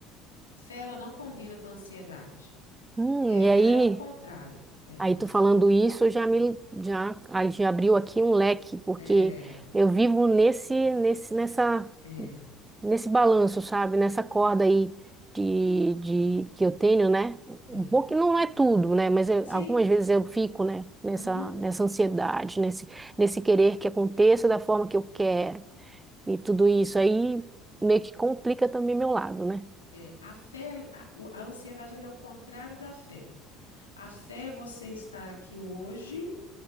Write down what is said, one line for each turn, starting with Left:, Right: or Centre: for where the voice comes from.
Left: Fé ela não combina com a ansiedade.
Right: Hum,
Left: Fé
Right: e aí.
Left: ela é o contrário. É,
Right: Aí
Left: a,
Right: tu falando isso, já me já, aí já abriu aqui um leque, porque
Left: é,
Right: eu vivo nesse nesse nessa
Left: é,
Right: nesse balanço, sabe? Nessa corda aí de, de que eu tenho, né?
Left: é.
Right: Um pouco que não é tudo, né? Mas eu-
Left: Sim,
Right: algumas vezes eu fico, né? Nessa
Left: uhum.
Right: nessa ansiedade, nesse nesse querer que aconteça da forma que eu quero e tudo isso aí meio que complica também meu lado, né?
Left: É, a fé, a, a ansiedade ela é o contrário da fé. A fé é você estar aqui hoje